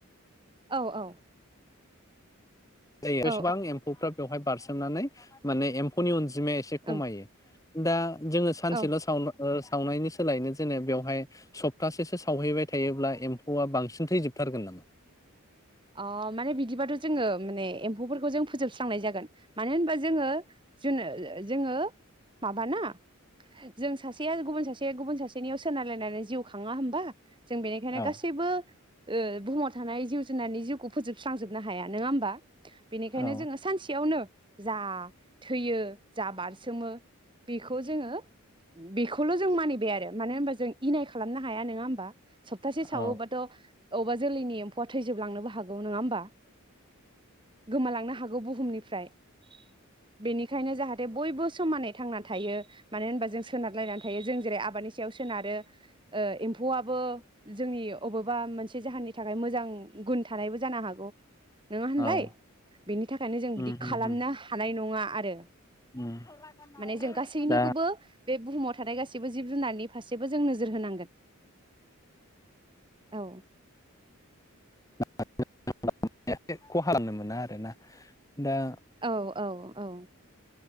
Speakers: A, on the right; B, on the left.
A: औ औ
B: ज
A: औ
B: बेसेबां एम्फौफ्रा <unintelligible> बेवहाय बारसोमनानै माने एम्फौनि अन जिमाया एसे
A: ओं
B: खमायो दा जोङो सानसेल'
A: औ
B: सावनो ओ सावनायनि सोलायनो जेने बेवहाय सप्तासेसो सावहैबाय थायोब्ला एम्फौआ बांसिन थैजोबथारगोन नामा?
A: अ माने बिदिबाथ' जोङो माने एम्फौफोरखौ जों फोजोबस्रांनाय जागोन मानो होनबा जोङो जोनो ओ ओ <unintelligible> जोङो माबाना जों सासेया गुबुन सासेया गुबुन सासेनियाव सोनारालायनानै जिउ खाङा होमबा? जों बेनिखायनो
B: औ
A: गासैबो ओ बुहु थानाय जिउ नानै जिउखौ फोजोबस्रांजोबनो हाया नोङा होनबा बेनिखाइनो
B: औ
A: जोङो सानसेयाव नो जा थैयो जा बारसोमो बेखौ जोङो बेखौल' जों मानिबाय आरो मानो होनबा जों इनाय खालामनो हाया नोङा होनबा सप्तासे
B: औ
A: सावोबाथ' अबा जोलैनि एम्फौआ थैजोबलांनोबो हागौ नोंङा होमबा? गोमालांनो हा बुहुमनि <unintelligible> बेनिखायनो जाहाथे बयबो समानै थांनानै थायो मानो होनबा जों सोनारलायनानै थायो जों जेरै आबादनि सायाव सोनारो ओ एम्फौआबो जोंनि अबेबा मोनसे जाहोननि थाखाय मोजां गुन थानायबो जानो हागौ <inaudible> नङा होनलाय
B: औ
A: बेनि थाखायनो जों
B: उम
A: बिदि
B: उम
A: खालामनो
B: उम
A: हानाय नङा। आरो
B: <unintelligible>
A: माने जों गासैनिखौबो
B: दा
A: बे बुहुमाव थानाय गासैबो जिब जुनारनि फारसेबो जों नोजोर होनांगोन औ
B: <unintelligible> खालामनो मोना आरोना दा
A: औ औ औ